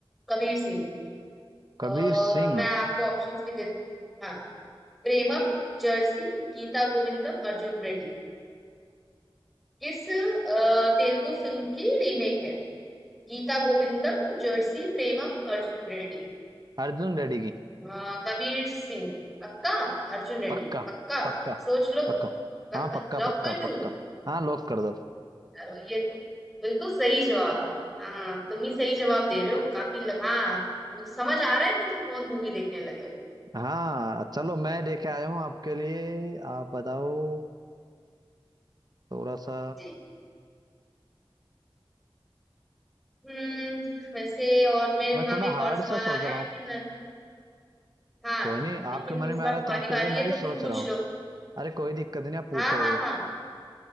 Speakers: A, in the centre; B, on the right (about 45°).
A: कबीर सिंह अ,
B: कबीर सिंह
A: मैं आपको ऑप्शंस भी दे हाँ प्रेमम जर्सी गीता गोविंदम अर्जुन रेड्डी किस अ, तेलुगु फिल्म की रीमेक है गीता गोविंदम जर्सी प्रेमम अर्जुन रेड्डी
B: अर्जुन रेड्डी की
A: अ, कबीर सिंह पक्का अर्जुन रेड्डी
B: पक्का
A: पक्का
B: पक्का
A: सोच लो
B: पक्का
A: पक्का
B: हाँ पक्का
A: लॉक
B: पक्का
A: कर
B: पक्का
A: दूं
B: हाँ लॉक कर दो
A: चलो ये तो बिल्कुल सही जवाब हाँ तुम ही सही जवाब दे रहे हो काफी लगा हाँ मुझे समझ आ रहा है कि तुम बहुत मूवी देखने लगे हो
B: हाँ चलो मैं लेके आया हूँ आपके लिए आप बताओ थोड़ा सा
A: जी हम्म वैसे और मेरे
B: मैं
A: दिमाग
B: थोड़ा
A: में एक
B: हार्ड
A: और सवाल
B: सा
A: आ
B: सोच
A: रहा
B: रहा
A: है लेकिन
B: हूँ
A: हाँ
B: कोई नहीं
A: लेकिन
B: आपके मन
A: इस
B: में
A: बार
B: आ रहा
A: तुम्हारी
B: है तो आप कहते
A: बारी
B: हो मैं
A: है
B: भी
A: तो
B: सोच
A: तुम पूछ
B: रहा हूँ
A: लो
B: अरे कोई दिक्कत नहीं आप पूछो
A: हाँ हाँ हाँ